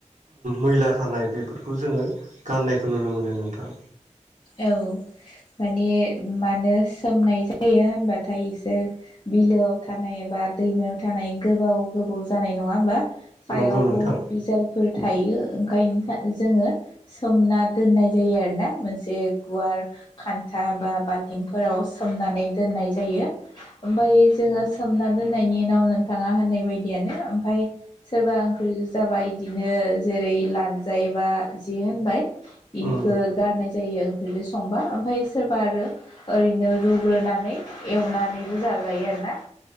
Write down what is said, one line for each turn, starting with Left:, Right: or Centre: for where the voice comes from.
Right: मैला थानाय बेफोरखौ जोङो गाननायखौ नुनो मोनो नोंथां।
Left: औ माने मानो सोमनाय जायो होनबाथाय इसोर बिलोआव थानाय एबा दैमायाव थानाय गोबाव गोबाव जानाय नङा होमबा? सायाव
Right: नंगौ नोंथां
Left: बुहुत बिजालफोर थायो ओंखायनो जोङो सोमना दोननाय जायो आरो ना मोनसे जे गुवार खान्था बा बाल्थिंफोराव सोमनानै दोननाय जायो ओमफ्राय जोङो सोमना दोननायनि उनाव नोंथाङा होननाय बायदियानो ओमफ्राय सोरबा ओंख्रि जाबाय इदिनो जेरै लानजाय बा जि होनबाय इखो
Right: उम
Left: गारनाय <unintelligible> संबा ओमफ्राय सोरबा आरो ओरैनो रुग्रोनानै एवनानैबो जाजायो आरोना।